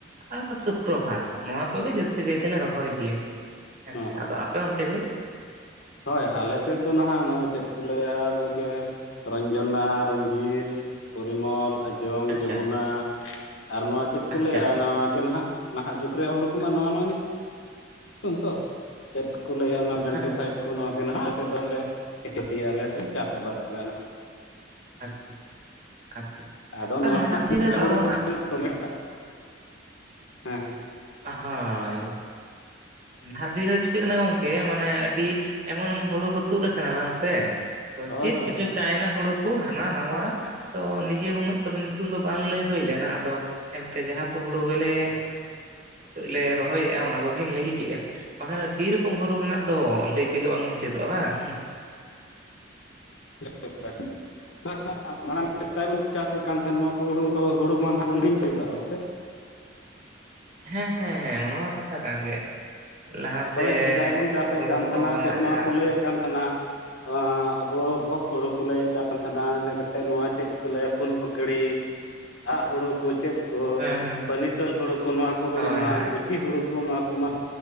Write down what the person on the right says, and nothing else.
ᱟᱨ ᱥᱩᱠᱨᱚ ᱵᱷᱟᱫ ᱱᱚᱣᱟ ᱠᱚ ᱜᱮ ᱡᱟᱹᱥᱛᱤ ᱠᱟᱭ ᱛᱮᱞᱮ ᱨᱚᱦᱚᱭ ᱜᱤᱭᱟᱹ ᱦᱮᱸᱥᱮ
ᱟᱫᱚ ᱟᱯᱮ ᱚᱱᱛᱮ ᱜᱮ
ᱟᱪᱪᱷᱟ,
ᱟᱪᱪᱷᱟ᱾
ᱦᱮᱸ, ᱦᱮᱸ᱾
ᱟᱪᱪᱷᱟ ᱟᱪᱪᱷᱟ ᱟᱪᱪᱷᱟ ᱟᱪᱪᱷᱟ
ᱵᱟ
ᱱᱟᱦᱟᱜ ᱫᱤᱱ ᱨᱮᱫᱚ
ᱟᱨᱚ
ᱟᱦᱟᱹᱭ ᱱᱟᱦᱟᱜ ᱫᱤᱱ ᱨᱮ ᱪᱤᱠᱟᱹᱜ ᱠᱟᱱᱟ ᱜᱚᱝᱠᱮ ᱢᱟᱱᱮ ᱟᱹᱰᱤ ᱮᱢᱚᱱᱼᱮᱢᱚᱱ ᱦᱩᱲᱩ ᱠᱚ ᱛᱩᱫ ᱟᱠᱟᱱᱟ ᱵᱟᱝ ᱥᱮ ᱛᱚ
ᱪᱮᱫ
ᱠᱚᱪᱚ ᱪᱟᱭᱱᱟ ᱦᱩᱲᱩ ᱠᱚ ᱦᱟᱱᱟ ᱱᱟᱣᱟ ᱛᱚ ᱱᱤᱡᱮ ᱦᱚᱸ ᱩᱱᱟᱹᱜ ᱛᱚᱵᱮ ᱧᱩᱛᱩᱢ ᱫᱚ ᱵᱟᱝ ᱞᱟᱹᱭ ᱦᱩᱭ ᱞᱮᱱᱟ ᱟᱫᱚ ᱮᱱᱛᱮ ᱡᱟᱦᱟᱸ ᱠᱚ ᱦᱩᱲᱩ ᱜᱮᱞᱮ
<unintelligible> ᱞᱮ ᱨᱚᱦᱚᱭᱮᱫᱼᱟ ᱚᱱᱟ ᱠᱚᱜᱮ ᱞᱟᱹᱭ <unintelligible> ᱨᱚᱠᱚᱢ ᱦᱚᱨᱩ ᱢᱮᱱᱟᱜ ᱫᱚ ᱞᱟᱹᱭ ᱛᱮᱜᱮ ᱵᱟᱝ ᱢᱩᱪᱟᱹᱫᱚᱜᱼᱟ ᱵᱟᱝ
ᱦᱮᱸ ᱦᱮᱸ ᱦᱮᱸ ᱚᱱᱟ ᱢᱟ ᱠᱟᱛᱷᱟ ᱠᱟᱱ ᱜᱮ ᱞᱟᱦᱟᱛᱮ
ᱦᱩᱲᱩ
ᱠᱚᱱᱟᱜ
ᱡᱟᱦᱟᱸ
ᱦᱮᱸ ᱦᱮᱸ
ᱦᱳᱭ
ᱦᱳᱭ